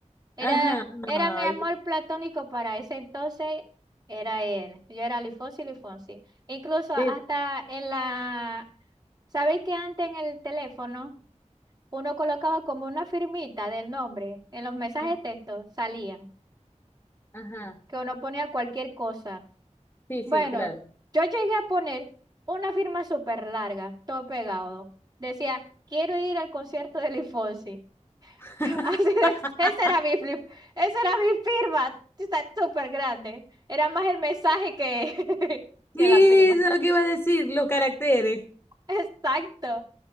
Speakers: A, on the right; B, on the left.
A: Era,
B: ajá,
A: era mi amor
B: ay,
A: platónico para ese entonces, era él. Yo era Luis Fonsi, Luis Fonsi. Incluso hasta
B: sí,
A: en la, ¿sabéis que antes en el teléfono? uno colocaba como una firmita del nombre en los mensajes
B: mm,
A: de texto, salían,
B: ajá,
A: que uno ponía cualquier cosa.
B: sí,
A: Bueno,
B: sí, claro.
A: yo llegué a poner una firma súper larga, todo pegado. Decía, quiero ir al concierto de Luis Fonsi.
B: <laughs>
A: <laughs> Así de, esa era mi flip, esa era mi firma, está súper grande. Era más el mensaje que, <laughs>
B: Sí,
A: que la firma.
B: eso es lo que iba a decir, los caracteres,
A: Exacto.